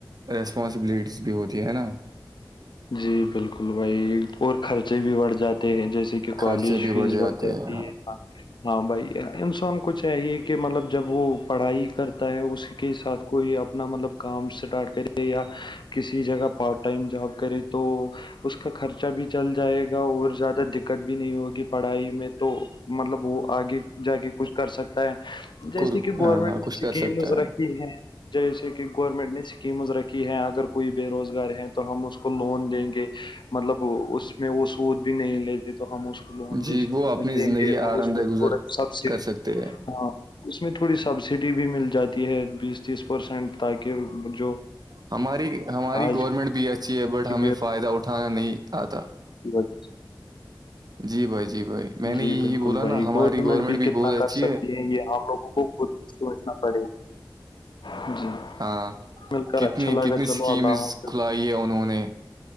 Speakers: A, on the right; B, on the left.
A: ریسپانسبلٹیز بھی ہوتی ہے نا
B: جی بالکل بھائی اور خرچے بھی بڑھ جاتے ہیں جیسے کہ کہ کالج
A: خرچے بھی
B: فیس
A: جاتے
B: بڑھ جاتی
A: ہیں
B: ہے ہاں بھائی انسان کو چاہیے کہ مطلب جب وہ پڑھائی کرتا ہے اسی کے ساتھ کوئی اپنا مطلب کام اسٹارٹ کرے یا کسی جگہ پارٹ ٹائم جاب کرے تو اس کا خرچہ بھی چل جائے گا اور زیادہ دقت بھی نہیں ہوگی پڑھائی میں تو مطلب وہ آگے جا کے کچھ کر سکتا ہے جیسے
A: کچھ
B: کہ گورنمنٹ نے اسکیمز
A: کر سکتا ہے
B: رکھی ہیں جیسے کہ گورنمنٹ نے اسکیمز رکھی ہے اگر کوئی بے روزگار ہے تو ہم اس کو کو لون دیں گے مطلب اس میں وہ سود بھی نہیں لیتے تو ہم کو لون
A: جی
B: دے سکتے
A: وہ اپنی
B: دیں
A: زندگی
B: گے اور
A: آرام
B: اس
A: دہ
B: میں
A: گزر
B: تھوڑا سبسڈی
A: کر سکتے ہیں
B: ہ اس میں تھوڑی سبسڈی بھی مل جاتی ہے بیس تیس پرسینٹ تاکہ جو
A: ہماری ہماری
B: آج
A: گورنمنٹ بھی اچھی ہے بٹ
B: کی
A: ہمیں فائدہ اٹھانا نہیں آتا
B: ودظ
A: جی بھائی جی بھائی میں
B: <unintelligible>
A: نے
B: جی
A: یہی
B: بالکل
A: بولا
B: بھائی
A: نا ہماری
B: گورنمنٹ بھی کتنا
A: بہت
B: کر
A: اچھی
B: سکتی ہے یہ ہم لوگوں کو خود سوچنا پڑے گا جی
A: ہاں
B: مل کر
A: کتنی
B: اچھا لگا
A: کتنی
B: چلو
A: اسکیمز
B: اللہ حافظ
A: لائی ہے انہوں نے